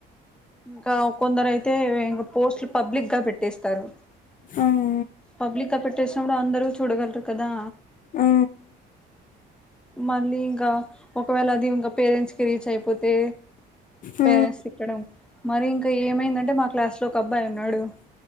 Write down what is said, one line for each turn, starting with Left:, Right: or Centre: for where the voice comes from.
Centre: ఇంకా కొందరు అయితే ఇంగ పోస్ట్లు పబ్లిక్ గా పెట్టేస్తారు
Left: అ
Centre: పబ్లిక్ గా పెట్టేసినప్పుడు అందరు చూడగల్ రు కదా
Left: ఆ
Centre: మళ్ళీ ఇంకా ఒకవేళ అది ఇంకా పేరెంట్స్ కి రీచ్ అయిపోతే
Left: ఆ
Centre: పేరెంట్స్ తిట్టడం మరి ఇంకా ఏమైందంటే మా క్లాస్ లో ఒక అబ్బాయి ఉన్నాడు